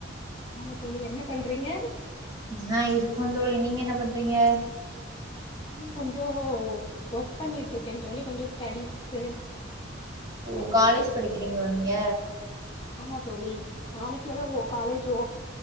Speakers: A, on the left; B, on the right.
A: ஆமா தோழி என்ன பண்றீங்க
B: நா இருக்கோ தோழி நீங்க என்ன பண்றீங்க
A: நானு கொஞ்சோ ஒர்க் பண்ணிட்ருக்கே தோழி கொஞ்சோ ஸ்டடிஸ்ஸு
B: ஓ
A: அப்டி
B: காலேஜ் படிக்கிறீங்களா நீங்க
A: ஆமா தோழி நாளைக் எதோ காலேஜோ